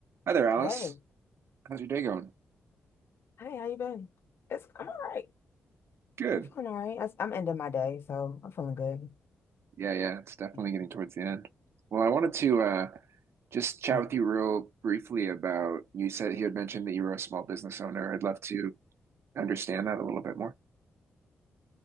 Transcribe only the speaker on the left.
Hey,
hey, how you been? It's I'm all right.
I'm feeling all right. I, I'm ending my day, so I'm feeling good.
Yeah.
Yeah.